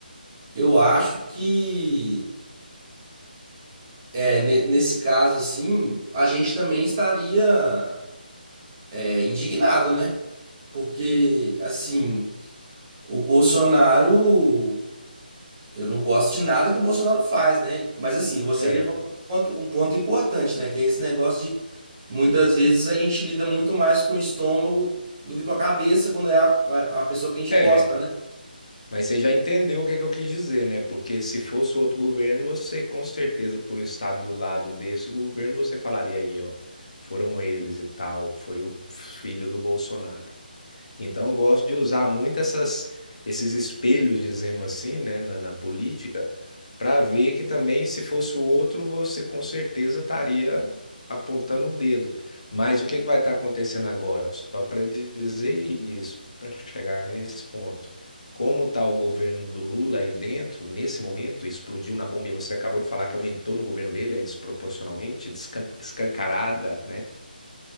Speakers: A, on the right; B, on the left.
A: eu acho que É, nesse caso, assim, a gente também estaria é, indignado, né? Porque, assim, o Bolsonaro. Eu não gosto de nada que o Bolsonaro faz, né? Mas, assim, você
B: É,
A: levantou um ponto, um ponto importante, né? Que é esse negócio de. Muitas vezes a gente lida muito mais com o estômago do que com a cabeça quando é a, a- a pessoa que a gente
B: é,
A: gosta, né?
B: mas você já entendeu o que é que eu quis dizer, né? Porque se fosse outro governo, você com certeza, por estar do lado desse governo, você falaria aí, ó, foram eles e tal, foi o filho do Bolsonaro. Então, eu gosto de usar muito essas, esses espelhos, dizemos assim, né, na, na política, para ver que também, se fosse o outro, você com certeza estaria apontando o dedo. Mas o que que vai estar acontecendo agora? Só para dizer isso, para chegar nesse ponto. Como está o governo do Lula aí dentro, nesse momento, explodiu na bomba e você acabou de falar que aumentou no governo dele, aí desproporcionalmente, descan- escancarada, né?